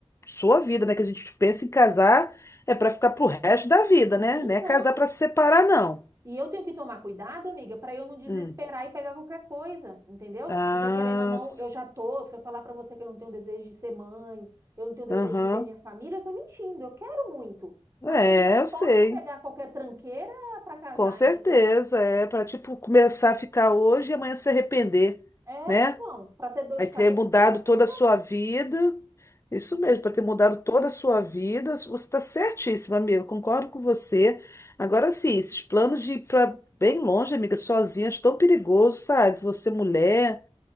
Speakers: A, on the left; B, on the right.
A: sua vida, né? Que a gente pensa em casar é para ficar pro resto da vida, né?
B: Então,
A: Não é casar para se separar, não.
B: e eu tenho que tomar cuidado, amiga, para eu não desesperar
A: Hum.
B: e pegar qualquer coisa, entendeu?
A: Ah,
B: Porque querendo ou não,
A: s-
B: eu já tô, se eu falar para você que eu não tenho desejo de ser mãe, eu não tenho desejo
A: aham.
B: de ter minha família, eu tô mentindo. Eu quero muito, mas
A: É,
B: também eu não
A: eu
B: posso
A: sei.
B: pegar qualquer tranqueira para casar,
A: Com certeza.
B: entendeu?
A: É para, tipo, começar a ficar hoje e amanhã se arrepender,
B: É,
A: né?
B: então, para ser dor
A: Aí
B: de
A: ter
B: cabeça,
A: mudado
B: é melhor que
A: toda
B: pra
A: a sua vida. Isso mesmo, para ter mudado toda a sua vida. Você está certíssima, amiga. eu Concordo com você. Agora sim, esses planos de ir para bem longe, amiga, sozinha, acho tão perigoso, sabe? Você mulher.